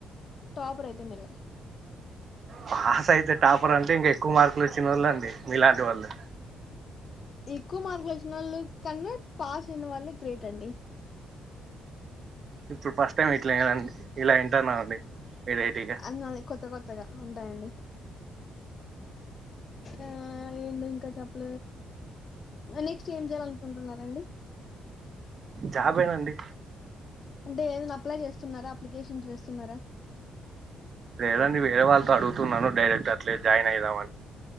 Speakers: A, on the left; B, on the right.
A: టాపర్ అయితే మీరు
B: పాస్ అయితే టాపర్ అంటే ఇంక ఎక్కువ మార్కులు వచ్చిన వాళ్ళు అండి మీలాంటి వాళ్ళు
A: ఎక్కువ మార్కులు వచ్చినా వాళ్ళ కన్నా పాస్ అయిన వాళ్ళే గ్రేట్ అండి
B: ఇప్పుడు ఫస్ట్ టైం ఇట్లాండి ఇలా వింటున్నా అండి వెరైటీగా
A: అన్న కొత్త కొత్తగా ఉంటాయండి ఆ ఏందింక చెప్ నెక్స్ట్ ఏం చేయాలీ అనుకుంటున్నారండి
B: జాబేనండి
A: అంటే ఏదైనా అప్లై చేస్తున్నారా అప్లికేషన్స్ వేస్తున్నారా
B: లేదండి వేరే వాళ్ళతో అడుగుతున్నాను డైరెక్ట్ అట్లే జాయిన్ అయిదా